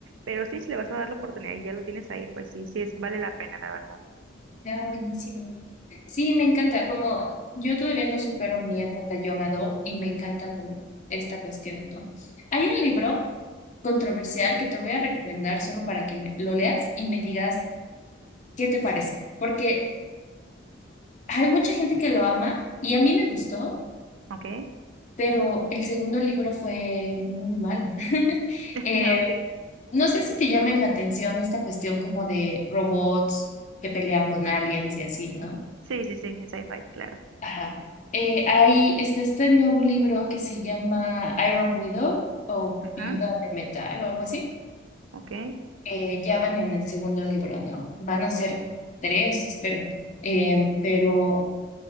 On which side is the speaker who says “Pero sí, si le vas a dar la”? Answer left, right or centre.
Right